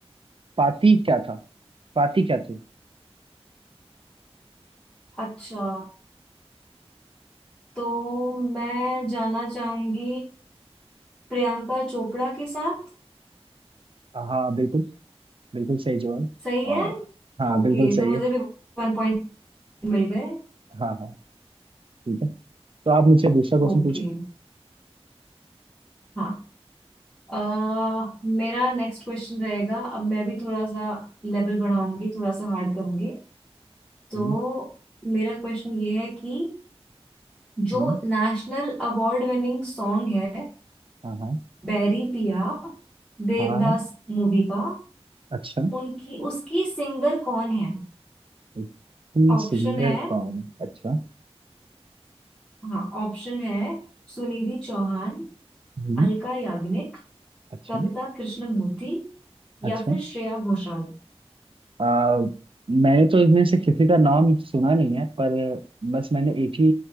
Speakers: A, on the right; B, in the centre.
A: पाती क्या था पाती क्या थी
B: अच्छा तो मैं जाना चाहूंगी प्रियंका चोपड़ा के साथ
A: हाँ बिल्कुल बिल्कुल सही जवाब
B: सही है
A: और हाँ
B: ओके
A: बिल्कुल सही
B: तो मुझे
A: है
B: भी वन मिल गए
A: हाँ हाँ ठीक है तो आप मुझसे दूसरा क्वेश्चन
B: ओके
A: पूछो
B: हाँ अह मेरा नेक्स्ट क्वेश्चन रहेगा अब मैं भी थोड़ा सा लेवल बढ़ाऊंगी थोड़ा सा हार्ड करूंगी तो
A: हम्म
B: मेरा क्वेश्चन ये है कि जो
A: हम्म
B: नेशनल अवार्ड विनिंग सॉन्ग है
A: हाँ हाँ
B: बैरी पिया देवदास
A: हाँ हाँ,
B: मूवी का
A: अच्छा
B: उनकी उसकी सिंगर कौन है
A: इतनी
B: ऑप्शन
A: सुंदर
B: है
A: कौन अच्छा
B: हाँ ऑप्शन है सुनिधि चौहान
A: हम्म
B: अलका याग्निक
A: अच्छा
B: कविता कृष्णमूर्ति या
A: अच्छा
B: फिर श्रेया घोषाल
A: आ, मैंने तो इनमें से किसी का नाम सुना नहीं है पर बस मैंने एक ही